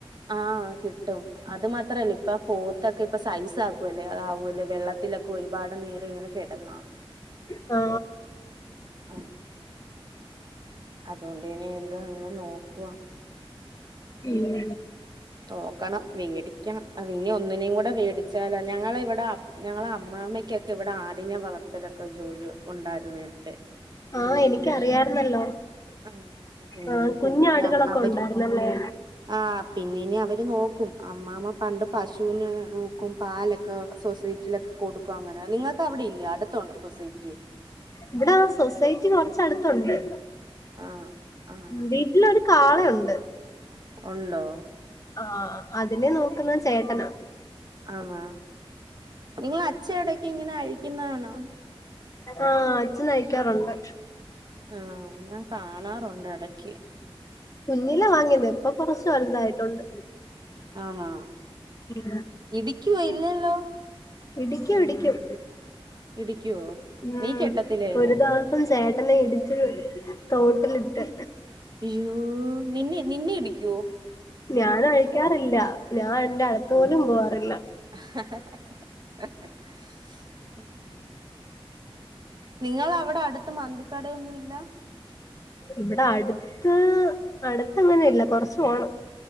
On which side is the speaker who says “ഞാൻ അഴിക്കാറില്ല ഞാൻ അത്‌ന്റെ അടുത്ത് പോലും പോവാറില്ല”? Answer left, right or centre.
Left